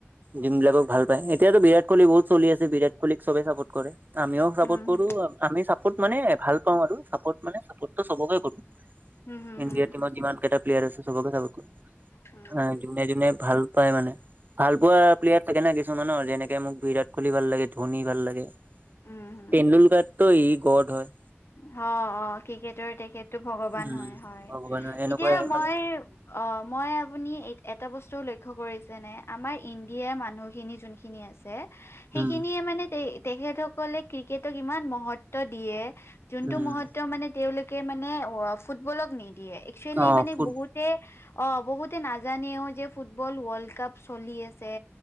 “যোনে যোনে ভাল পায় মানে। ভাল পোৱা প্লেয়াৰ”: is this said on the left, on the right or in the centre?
Right